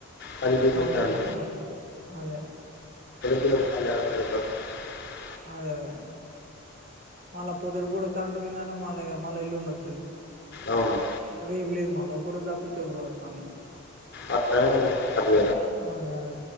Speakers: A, on the left (about 50°); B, on the right (about 40°).
A: పదింటికి పోతాను
B: అలోపే కదమ్ అదే
A: <inaudible>
B: అదే అదే మళ్ళా పొదున గుడా కరెంటు పోయిందా మళ్ళ మళ్ళా ఎల్లుండొతుది
A: అవును
B: రేప్లేదు మల్లా ఒకరోజు తప్పించి ఒక రోజు వత్తాంది
A: అ అది
B: అదే అదే